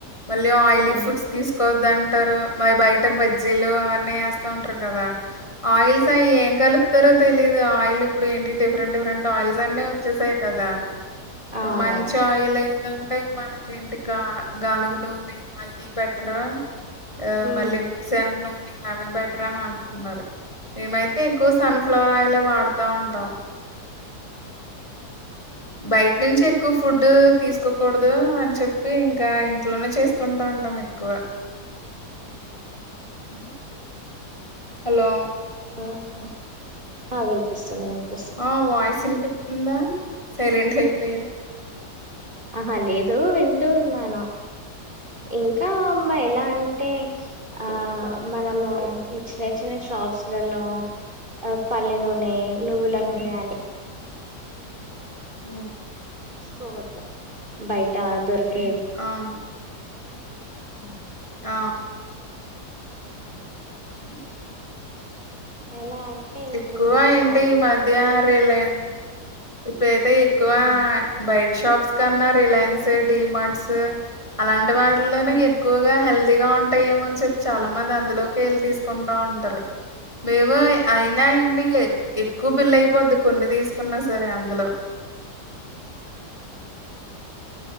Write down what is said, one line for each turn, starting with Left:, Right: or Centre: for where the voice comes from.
Left: మళ్ళీ ఆయిలీ
Right: ఉమ్.
Left: ఫుడ్స్ తీసుకోవద్దంటారు మరి బయట్ టే బజ్జీలు
Right: ఉమ్.
Left: అవన్ని ఎస్తా ఉంటారు కదా ఆయిల్స్ అయ్యేం కలుప్ తరో తెలిదు ఆయిల్ ఇప్పుడు ఏంటి డిఫరెంట్ డిఫరెంట్ ఆయిల్స్ అన్ని వచ్చేసాయి కదా
Right: అవును
Left: మంచి ఆయిల్ ఏందంటే మన ఏంటి గా గానుగు నూనె అయ్యె బెట్రా ఆ
Right: ఉమ్.
Left: మళ్ళీ మీ సేవగ నూనె అవే బెటర్ అని అంటున్నారు మేమైతే ఎక్కువ సన్ఫ్లవర్ ఆయిలే వాడుతా ఉంటాం బయట నుంచి ఎక్కువ ఫుడ్ తీసుకోకూడదు అని చెప్పి ఇంకా ఇంట్లోనే చేస్త కొంటంటం మెక్కువ ఉ హలో
Right: ఆహ ఆ వినిపిస్తుంది వినిపిస్
Left: ఆ వాయిస్ వినిపితుందా సైలెంట్ అయిపోయరు
Right: ఆహా లేదు వింటూ ఉన్నాను ఇంకా అమ్మ ఎలా అంటే ఆ మనము ఈ చిన్న చిన్న షాప్స్ లల్లో ఆ పల్లి నూనె నువ్వుల నూనె అ
Left: ఉ
Right: చూసుకోవద్దా బయట దొరికే
Left: అవును
Right: ఆ
Left: ఆ
Right: హ
Left: ఉ
Right: ఎలా అంటే ఇప్పుడు
Left: ఎక్కువా
Right: మనం
Left: ఏంటి
Right: ప్యాకింగ్
Left: ఈమధ్య రిలయన్ ఇప్పుడైతే ఎక్కువ
Right: హ్మ్
Left: బయటి షాప్స్ కన్నా రిలయన్స్ డిమార్ట్స్ అలాంటి వాళ్ళను
Right: హ్మ్
Left: ఎట్ల ఎక్కువగా హెల్తీగా ఉంటాయేమోనాని చెప్పి చాలా మంది అందులోకి వెళ్ళి తీసుకుంటా ఉంటారు. మేమోయి అయినా ఏంటి ఎక్ ఎక్కువ బిల్లయిపోద్ది కొన్ని తీసుకున్నాస సరే అందులో